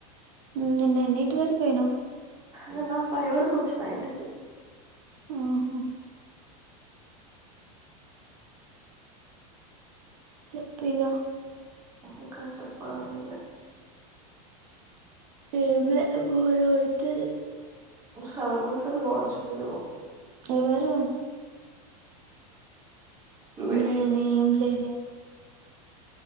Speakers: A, on the right; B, on the right.
A: ఉమ్ నీన్న ఎన్నిటి వరిక్పోయినవు
B: నిన్న ఫైవర్కోచిన ఇంటికి
A: ఆహ చెప్పగ
B: ఇంకా చెపాలి నువ్వే
A: ఏలే బోర్ కొడతది
B: నువ్వు చదువుకుంటారు వాచ్ మీరు <unintelligible>
A: ఎవరు
B: నువ్వే
A: నేనే ఏం లేదే